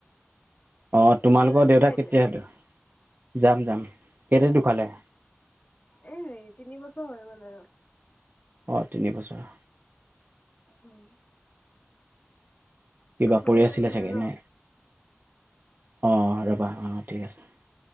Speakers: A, on the right; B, on the left.
A: অ তোমালোকৰ
B: ঘৰলৈ নাযায়
A: দেউতা কেতিয়া
B: এতিয়া
A: ঢো যাম যাম কেতিয়া ঢুকালে?
B: এই হেৰি তিন বছৰ হৈ গ'ল আৰু।
A: অঁ তিনি বছৰ।
B: উম।
A: কিবা
B: হ'ব
A: কৰি
B: দিয়ক
A: আছিলে
B: নহ'লে
A: চাগে?
B: ন
A: নে অ ৰবা অ ঠিক আছে।